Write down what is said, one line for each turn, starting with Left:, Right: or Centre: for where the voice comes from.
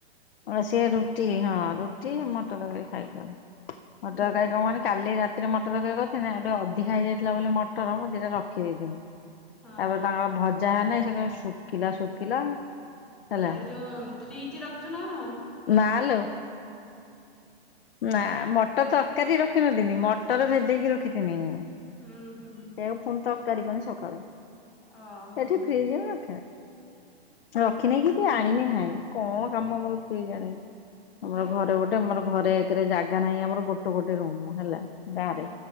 Left: ହଁ ସେଏ ରୁଟି ହଁ ରୁଟି ମଟର ତରକାରୀ ଖାଇକିଗଲେ ମଟ
Centre: ହୁଁ
Left: ତରକାରୀ କଣନି କାଲି ରାତ୍ ଥିରେ ମଟର ତରକାରୀ କରିଥିଲିନି ଆଉ ଟିକେ ଅଧିକ ହେଇଯାଇଥିଲା ବୋଲି ମଟର ମୁଁ ଦିଟା ରଖିଦ ଦେଇଥିନି।
Centre: ହଁ
Left: ତାପରେ ତାଙ୍କ ଭଜା ହେନେ ସେ କେମ ଶୁଖିଲା ଶୁଖିଲା। ହେଲା
Centre: ଆଇ ଯୋ ଫ୍ରିଜ ରଖୁଛୁ ନା ଲୋ?
Left: ନା ଲୋ। ନା ମଟର ତର୍କାରୀ ରଖିିନଥିନି ମଟର ଭେଦେଇକି ରଖିଥିନି ମୁଁ।
Centre: ହଁ ହଁ।
Left: ସେୟାକୁ ପୁଣି ତରକାରୀ କନି ସକାଳେ
Centre: ଓହୋ
Left: ଏଠି ଫ୍ରିଜ ରେ ରଖେନି। ରଖିନି
Centre: ହୁଁ
Left: କି ବି ଆଣିବି ନାହିଁ, କଣ କାମ ମୋର ଫ୍ରିଜ୍ ଆଣିବି ଆମର
Centre: ସେଇଆ
Left: ଘରେ ଗୋଟେ ଗୋଟେ ଆମର ଘରେ ଏକରେ ଜାଗା ନାହିଁ ଆମର ଗୋଟ ଗୋଟେ ରୁମ ହେଲା। ଗାଁ
Centre: ହୁଁ
Left: ରେ